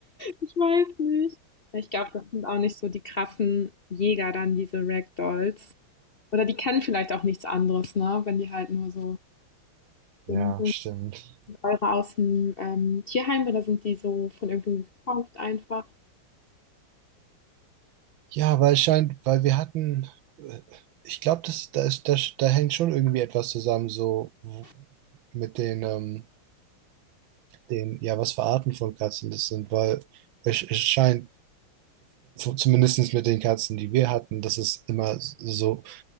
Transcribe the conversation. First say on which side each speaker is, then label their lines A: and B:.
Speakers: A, on the left; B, on the right.
A: Ich weiß nicht. Ich glaube, das sind auch nicht so die krassen Jäger dann, diese Ragdolls. Oder die kennen vielleicht auch nichts anderes, ne, wenn die halt nur so
B: ja,
A: dünn sind.
B: stimmt.
A: Eure aus dem ähm, Tierheim oder sind die so von irgendwem gekauft einfach?
B: Ja, weil scheint, weil wir hatten, äh, ich glaube, das, da ist, da, da hängt schon irgendwie etwas zusammen, so w- mit den, ähm, den, ja, was für Arten von Katzen das sind, weil es, es scheint, zumindest mit den Katzen, die wir hatten, dass es immer so,